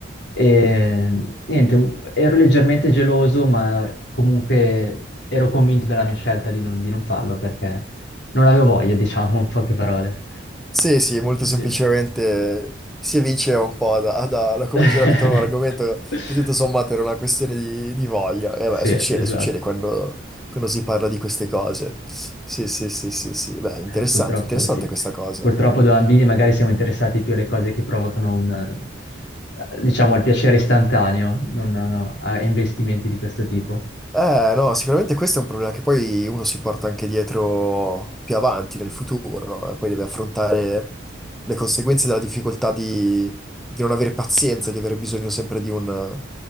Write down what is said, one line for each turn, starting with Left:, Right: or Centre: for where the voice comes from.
Left: e niente, un- ero leggermente geloso, ma comunque ero convinto della mia scelta di non, di non farlo perché non avevo voglia, diciamo, <laughs> in poche parole.
Centre: Sì, sì, molto
Left: Sì.
Centre: semplicemente si evinceva un po' da, da- da come
Left: <laughs>
Centre: girava intorno all'argomento che tutto sommato era una questione di, di voglia. E
Left: Sì,
Centre: beh, succede,
Left: esatto.
Centre: succede quando, quando si parla di queste cose. Sì, sì, sì, sì, sì. Beh, interessante,
Left: Eh, purtroppo
Centre: interessante
Left: sì.
Centre: questa cosa.
Left: Purtroppo da bambini magari siamo interessati più alle cose che provocano un, eh, diciamo, il piacere istantaneo, non a a investimenti di questo tipo.
Centre: Eh, no, sicuramente questo è un problema che poi uno si porta anche dietro più avanti nel futuro, no? E poi deve affrontare le conseguenze della difficoltà di, di non avere pazienza, di avere bisogno sempre di un-